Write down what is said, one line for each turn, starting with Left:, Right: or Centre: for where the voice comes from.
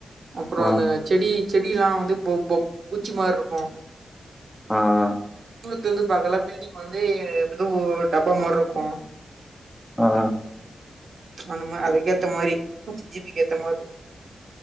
Right: அப்புறோம்
Centre: ஆ
Right: அந்த செடி செடி எல்லா வந்து போ போம் பூச்சி மாரி இருக்கு
Centre: ஆஹ
Right: தில்ந்து பாக்கலா பில்டிங் வந்து எதோ டப்பாமாருக்கு
Centre: ஆஹ்
Right: அந்த மா அதுகேத்த மாரி ஜிபி கேத்தமார்